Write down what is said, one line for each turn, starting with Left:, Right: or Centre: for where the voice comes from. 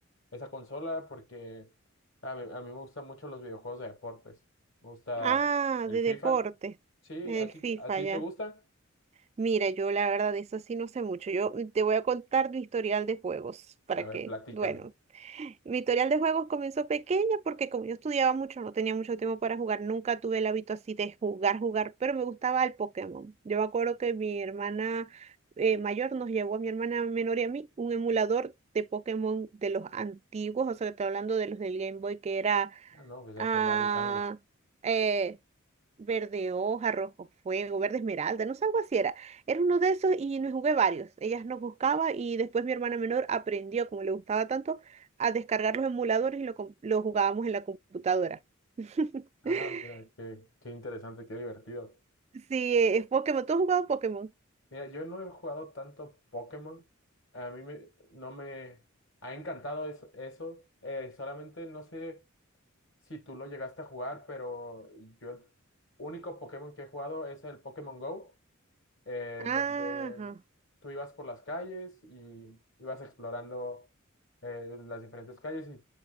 Left: esa consola porque a mí, a mí me gustan mucho los videojuegos de deportes. Me gusta
Right: Ah,
Left: el
Right: de
Left: FIFA.
Right: deporte.
Left: Sí,
Right: El
Left: ¿a ti,
Right: FIFA
Left: a ti
Right: ya.
Left: te gusta?
Right: Mira, yo la verdad de eso sí no sé mucho. Yo mm, te voy a contar mi historial de juegos para
Left: A ver,
Right: que,
Left: platícame.
Right: bueno, Mi historial de juegos comenzó pequeña porque como yo estudiaba mucho, no tenía mucho tiempo para jugar, nunca tuve el hábito así de jugar, jugar, pero me gustaba el Pokémon. Yo me acuerdo que mi hermana eh, mayor nos llevó a mi hermana menor y a mí un emulador de Pokémon de los antiguos, o sea, que estoy hablando de los del Game Boy, que era
Left: Ah, no, pues ya
Right: Ah,
Left: hace varios años.
Right: eh, verde hoja, rojo fuego, verde esmeralda, no sé, algo así era. Era uno de esos y me jugué varios. Ellas nos buscaba y después mi hermana menor aprendió, como le gustaba tanto, a descargar los emuladores y lo, com- lo jugábamos en la computadora. <laughs>
Left: Ah, mira, qué, qué interesante, qué divertido.
Right: Sí, es Pokémon. ¿Tú has jugado Pokémon?
Left: Mira, yo no he jugado tanto Pokémon. A mí me, no me ha encantado eso, eso. Eh, solamente no sé si tú lo llegaste a jugar, pero yo el único Pokémon que he jugado es el Pokémon Go. eh,
Right: Ajá.
Left: en donde tú ibas por las calles y ibas explorando eh, las diferentes calles y